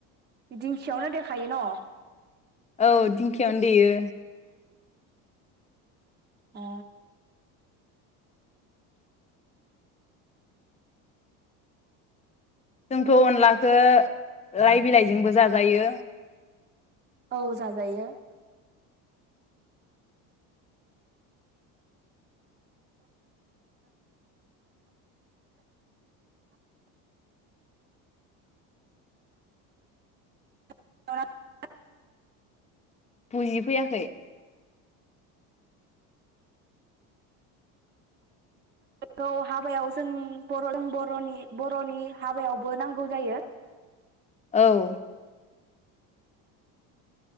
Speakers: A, on the right (about 25°); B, on the left (about 20°).
A: दिंखियावनो देखायो न'
B: औ दिंखियावनो देयो
A: अ
B: जोंथ' अनलाखौ लाइ बिलाइजोंबो जाजायो
A: औ जाजायो <unintelligible>
B: बुजि फैयाखै
A: बेखौ हाबायाव जों बर' जों बर'नि बर'नि हाबायावबो नांगौ जायो
B: औ